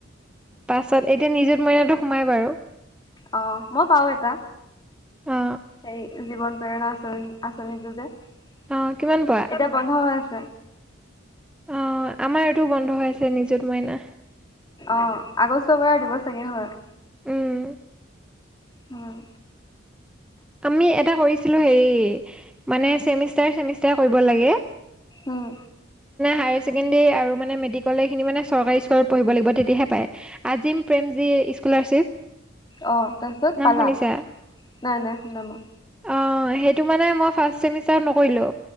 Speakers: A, in the centre; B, on the left (about 20°).
A: পাছত এতিয়া নিযুত মইনাটো সোমাই বাৰু।
B: অ মই পাওঁ এটা
A: অ
B: হে। জীৱন প্ৰেৰণা আচনি আঁচনিটো যে এতিয়া
A: অ কিমান পোৱা
B: বন্ধ হৈ আছে
A: অ আমাৰ এইটোও বন্ধ হৈ আছে নিজত মইনা।
B: অ আগষ্ট বাৰ দিব চাগে হয়।
A: উম
B: উম।
A: আমি এটা কৰিছিলো হেৰি মানেচেমিষ্টাৰ চেমিষ্টাৰে। এটাই কৰিব লাগে।
B: উম
A: হাইছেকদেৰি আৰু মেট্ৰিক লৈ। চৰকাৰী স্কুলত পঢ়িব লাগিব তেতিয়াহে পাই আজিম প্ৰেম জী স্কলাৰশ্বিপ।
B: অ তাৰপিছত
A: নাম
B: পালা
A: শুনিছা
B: নাই নাই। শুনা মই
A: অ সেইটো মানে মই ফাৰ্ষ্ট চেমিষ্টাৰত নকৰিলোঁ।